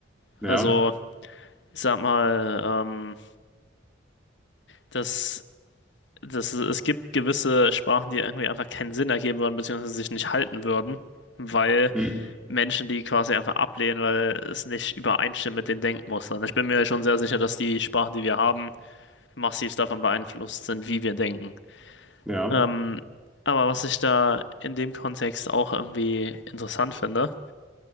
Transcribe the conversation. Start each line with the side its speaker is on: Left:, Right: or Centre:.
Centre: ja,
Left: Also, ich sag mal, ähm, dass dass es es gibt gewisse Sprachen, die irgendwie einfach keinen Sinn ergeben würden, beziehungsweise sich nicht halten würden, weil
Centre: hm,
Left: Menschen, die quasi einfach ablehnen, weil es nicht übereinstimmt mit den Denkmustern. Ich bin mir schon sehr sicher, dass die Sprachen, die wir haben, massiv davon beeinflusst sind, wie wir denken.
Centre: ja,
Left: Ähm, aber was ich da in dem Kontext auch irgendwie interessant finde,